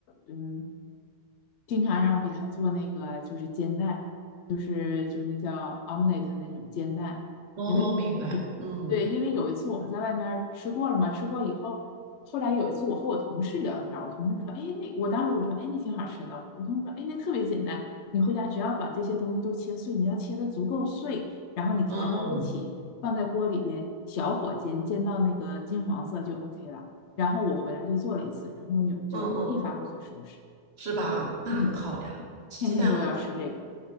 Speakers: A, on the left; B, on the right.
A: 嗯，经常让我给他做那个就是煎蛋，就是就是那叫 omelette 那种煎蛋，
B: 哦，
A: 因为一对，
B: 明白。嗯
A: 因为有一次我们在外面儿吃过了嘛，吃过以后，后来有一次我和我同事聊天儿我同事说，哎，那我当时我说，哎，那挺好吃的，我说我同事说，哎，那特别简单，你回家只要把这些东西都切碎，你要切的足够碎，然后你调到一起。
B: 嗯
A: 放在锅里边，小火煎，煎到那个金黄色就 OK 了。然后我回来就做了一次，然后我女儿就一发不可收拾，
B: 嗯嗯。是吧？那很好呀，
A: 嗯，
B: 吃鸡蛋好。
A: 天天都要吃这个。